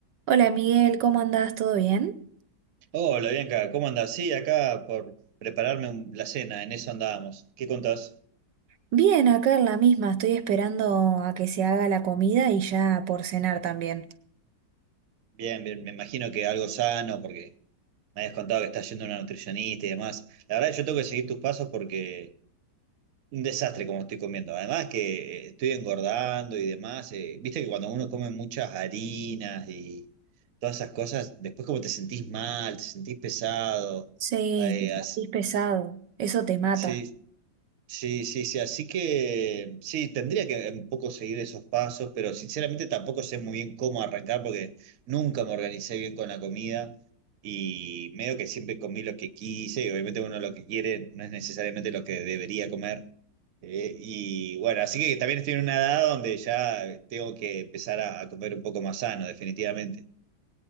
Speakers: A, on the right; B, on the right.
A: Hola Miguel, ¿cómo andás? ¿Todo bien?
B: Hola Bianca, ¿cómo andás? Sí, acá por prepararme un- la cena, en eso andábamos. ¿Qué contás?
A: Bien, acá en la misma, estoy esperando a que se haga la comida y ya por cenar también.
B: Bien, bien, me imagino que algo sano, porque me habías contado que estás yendo a una nutricionista y demás. La verdad, yo tengo que seguir tus pasos porque un desastre como estoy comiendo. Además que eh, estoy engordando y demás. eh, viste que cuando uno come muchas harinas y todas esas cosas, después como te sentís mal, te sentís pesado.
A: Sí,
B: eh,
A: te sentís
B: así-
A: pesado, eso te mata.
B: sí, Sí, sí, sí, así que sí, tendría que un poco seguir esos pasos, pero sinceramente tampoco sé muy bien cómo arrancar porque nunca me organicé bien con la comida y medio que siempre comí lo que quise y obviamente uno lo que quiere no es necesariamente lo que debería comer. Eh, y bueno, así que también estoy en una edad donde ya tengo que empezar a, a comer un poco más sano, definitivamente.